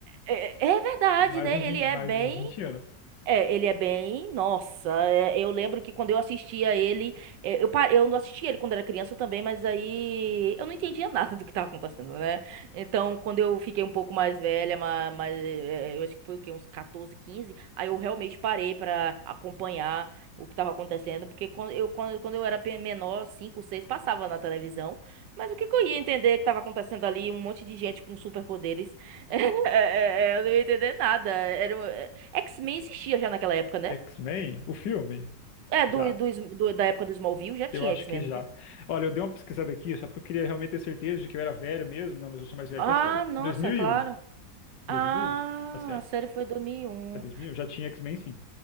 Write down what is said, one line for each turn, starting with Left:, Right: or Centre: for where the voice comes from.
Right: é, é- é- é verdade,
Left: É mais
Right: né?
Left: de uns,
Right: Ele
Left: vin-
Right: é
Left: mais
Right: bem
Left: de uns vinte anos.
Right: é, ele é bem. Nossa, é, eu lembro que quando eu assistia ele. é, eu, pa- eu não assistia ele quando era criança também, mas aí eu não entendia <laughs> nada do que estava acontecendo, né? Então, quando eu fiquei um pouco mais velha, mas, é, eu acho que foi o quê? Uns 14, 15, aí eu realmente parei pra acompanhar o que estava acontecendo, porque quando eu, quando, quando eu era pe- menor, 5, 6, passava na televisão, mas o que que eu ia entender que estava acontecendo ali? Um monte de gente com superpoderes. <laughs> É, é, é, eu não ia entender nada. Era, um, X-Men existia já naquela época, né?
Left: X-Men, o filme?
Right: É,
Left: Já.
Right: do, do, Sm- do- da época do Smallville já tinha
Left: Eu acho
Right: X-Men,
Left: que já.
Right: não tinha?
Left: Olha, eu dei uma pesquisada aqui, só porque eu queria realmente ter certeza de que eu era velho mesmo. Não, mas eu sou mais velho
Right: Ah,
Left: que a série.
Right: nossa,
Left: 2001.
Right: claro. Ah,
Left: 2001? A série.
Right: a série foi dois mil e um.
Left: É 2001? Já tinha X-Men, sim.